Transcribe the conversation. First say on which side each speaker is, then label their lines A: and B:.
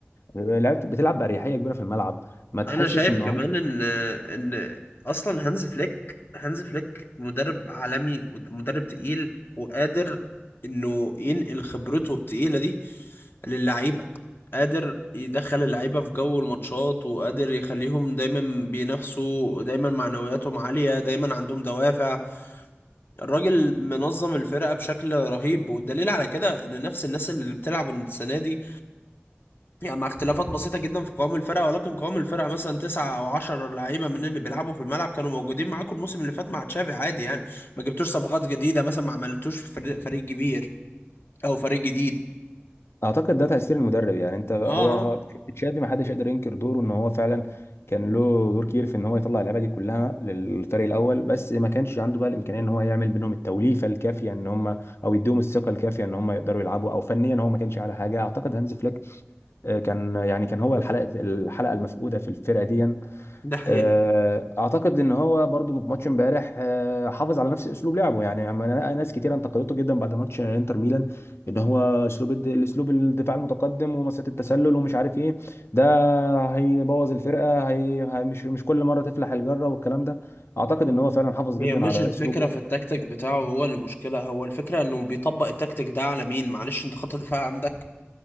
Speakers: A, on the left; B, on the left.
A: آه، لعيبه بتلعب باريحيه كبيره في الملعب ما تحسش
B: انا شايف
A: ان
B: كمان
A: هم
B: ان ان اصلا هانز فليك هانز فليك مدرب عالمي ومدرب تقيل وقادر انه ينقل خبرته التقيله دي للعيبه قادر يدخل اللعيبه في جو الماتشات وقادر يخليهم دايما بينافسوا دايما معنوياتهم عاليه دايما عندهم دوافع الراجل منظم الفرقه بشكل رهيب والدليل على كده ان نفس الناس اللي بتلعب السنه دي يعني مع اختلافات بسيطة جدا في قوام الفرقة ولكن قوام الفرقة مثلا تسعة أو عشرة لعيبة من اللي بيلعبوا في الملعب كانوا موجودين معاكم الموسم اللي فات مع تشافي عادي يعني ما جبتوش صفقات جديدة مثلا ما عملتوش فريق فريق كبير أو فريق جديد
A: اعتقد ده تأثير المدرب يعني انت هو
B: اه آه،
A: تشافي ما حدش يقدر ينكر دوره ان هو فعلا كان له دور كبير في ان هو يطلع اللعيبه دي كلها للفريق الاول بس ما كانش عنده بقى الامكانيه ان هو يعمل بينهم التوليفه الكافيه ان هم او يديهم الثقه الكافيه ان هم يقدروا يلعبوا او فنيا هو ما كانش على حاجه اعتقد هانز فليك آه، كان يعني كان هو الحلقه الحلقه المفقوده في الفرقه دي
B: ده حقيقي
A: آه، اعتقد ان هو برضو في ماتش امبارح آه، حافظ على نفس اسلوب لعبه يعني اما أنا- ناس كتير انتقدته جدا بعد ماتش انتر ميلان ان هو اسلوب الد- الاسلوب الدفاع المتقدم ومسات التسلل ومش عارف ايه ده هيبوظ الفرقه هي هي- مش مش كل مره تفلح الجره والكلام ده اعتقد ان هو فعلا حافظ جدا
B: هي مش
A: على
B: الفكرة
A: اسلوبه
B: في التكتيك بتاعه هو اللي مشكلة هو الفكرة إنه بيطبق التكتيك ده على مين معلش أنت خط الدفاع عندك